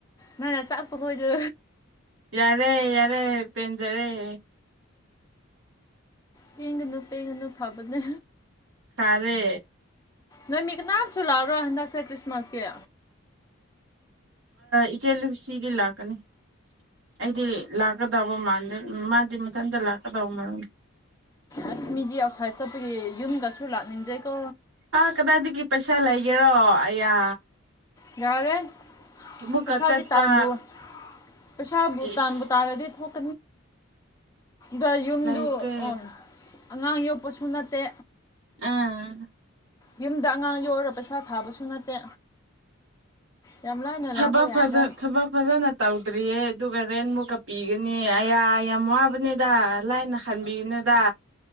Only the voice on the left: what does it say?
ꯅꯪꯅ ꯆꯥꯛꯄ ꯈꯣꯏꯗ
ꯄꯒꯅꯨ ꯄꯦꯡꯒꯅꯨ ꯊꯕꯅꯦ
ꯅꯣꯏ ꯃꯤ ꯀꯅꯥꯝꯁꯨꯨ ꯂꯥꯎꯔꯣꯏ ꯍꯟꯗꯛꯁꯦ ꯈ꯭ꯔꯤꯁꯃꯥꯁꯀꯤ
ꯑꯁ ꯃꯤꯗꯤ ꯑꯥꯎꯠꯁꯥꯏꯗ ꯆꯠꯄꯒꯤ ꯌꯨꯝꯒꯁꯨ ꯂꯥꯛꯅꯤꯡꯗ꯭ꯔꯦꯀꯣ
ꯌꯥꯔꯦ
ꯄ꯭ꯔꯁꯥꯗꯤ
ꯇꯥꯟꯕꯨ ꯄ꯭ꯔꯁꯥꯕꯨ
ꯇꯥꯟꯕꯨ ꯇꯔꯗꯤ ꯊꯣꯛ ꯗ ꯌꯨꯝꯗꯨ
ꯑꯣ ꯑꯉꯥꯡ ꯌꯣꯛꯄꯁꯨ ꯅꯠꯇꯦ
ꯌꯨꯝꯗ ꯑꯉꯥꯡ ꯌꯧꯔꯒ ꯄꯩꯁꯥ ꯊꯥꯕꯁꯨ ꯅꯠꯇꯦ ꯌꯥꯝ ꯂꯥꯏꯅ
ꯂꯥꯛꯄ ꯌꯥꯏꯗ